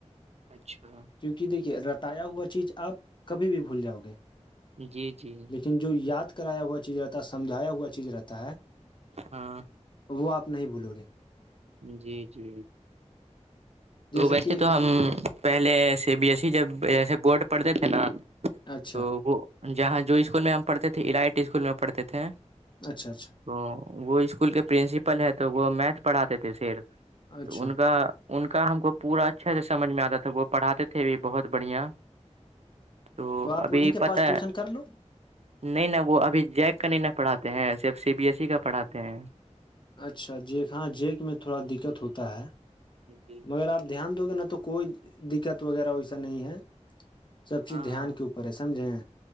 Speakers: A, on the right (about 60°); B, on the left (about 40°).
A: اچھا
B: کیونکہ دیکھیے رتایا ہوا چیز آپ کبھی بھی بھول جاؤ گے
A: جی جی
B: لیکن ن جو یاد کرایا ہوا چیز رہتا ہے سمجایا ہوا چیز رہتا ہے <unintelligible>
A: ہاں
B: وہ آپ نہیں بھولو گے
A: جی جی تو
B: جیسے
A: ویسے
B: کہ
A: تو ہم پہلے سی بی ایس ای جب جیسے بورڈ پڑھتے تھے نا
B: اچھا
A: تو وہ جہاں جو اسکول میں ہم پڑھتے تھے ارائٹ اسکول میں پڑھتے تھے
B: اچھا اچھا
A: تو وہ اسکول کے پرنسپل ہے تو وہ میتھ پڑھاتے تھے پر
B: اچھا
A: تو ان کا ان کا ہم کو پورا اچھا سے سمجھ میں آتا تھا وہ پڑھاتے تھے بھی بہت بڑھیا تو
B: آپ
A: ابھی
B: انہیں کے
A: پت
B: پاس
A: ہے
B: ٹیوشن
A: <unintelligible>
B: کر لو
A: نہیں ن وہ ابھی جیک کا نہیں ن پڑھاتے ہیں صرف سی بی ایس ای کا پڑھاتے ہیں
B: اچھا جیک ہاں جیک میں تھوڑا دقت ہوتا ہے
A: جی <unintelligible>
B: مگر آپ دھیان دو گے نہ تو کوئی دقت وغیرہ ویسا نہیں ہے سب چیز
A: ہاں
B: دھیان
A: ہاں
B: کے اوپر ہے سمجھیں ہیں